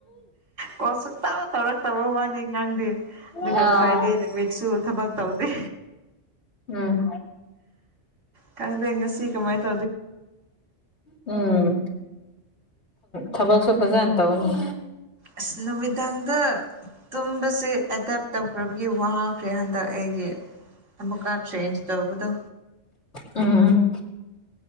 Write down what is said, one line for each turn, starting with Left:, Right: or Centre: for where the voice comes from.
Right: ꯀꯣꯁꯨ ꯇꯥꯎ ꯇꯧꯔꯛꯇꯕ ꯋꯥꯅꯤ ꯉꯥꯡꯗꯦ ꯑꯗꯨꯒ
Left: ꯎꯝ
Right: ꯐ꯭ꯔꯥꯏꯗꯦ ꯅꯨꯃꯤꯠꯁꯨ ꯊꯕꯛ ꯇꯧꯗꯦ
Left: ꯎꯝ
Right: ꯈꯪꯗꯦ ꯉꯁꯤ ꯀꯃꯥꯏꯅ ꯇ
Left: ꯎꯝ ꯊꯕꯛꯁꯨ ꯐꯖꯅ ꯇꯧꯅꯤ
Right: ꯑꯁ ꯅꯨꯃꯤꯗꯥꯡꯗ ꯇꯨꯝꯕꯁꯦ ꯑꯦꯗꯦꯞ ꯇꯧꯈ꯭ꯔꯕꯒꯤ ꯋꯥꯈ꯭ꯔꯦ ꯍꯟꯗꯛ ꯑꯩ ꯑꯩ ꯑꯃꯨꯛꯀ ꯆꯦꯟꯖ ꯇꯧꯕꯗꯣ
Left: ꯎꯝ